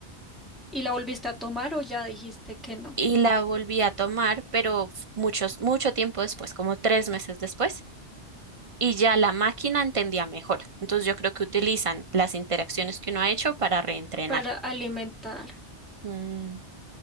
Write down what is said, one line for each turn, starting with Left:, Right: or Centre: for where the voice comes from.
Centre: ¿Y la volviste a tomar o ya dijiste que no?
Right: Y la volví a tomar, pero muchos, mucho tiempo después, como tres meses después, y ya la máquina entendía mejor. Entonces yo creo que utilizan las interacciones que uno ha hecho para reentrenar.
Centre: Para alimentar.
Right: Mm.